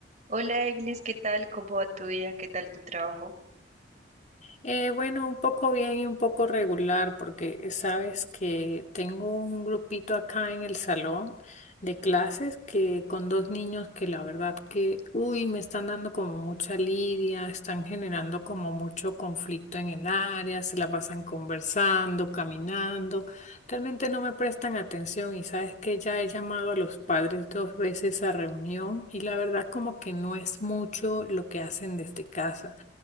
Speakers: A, on the right; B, on the left.
A: Hola, Eglis, ¿qué tal? ¿Cómo va tu día? ¿Qué tal tu trabajo?
B: Eh, bueno, un poco bien y un poco regular, porque sabes que tengo un grupito acá en el salón de clases que con dos niños que la verdad que, uy, me están dando como mucha lidia, están generando como mucho conflicto en el área, se la pasan conversando, caminando. Realmente no me prestan atención y sabes que ya he llamado a los padres dos veces a reunión y la verdad como que no es mucho lo que hacen desde casa.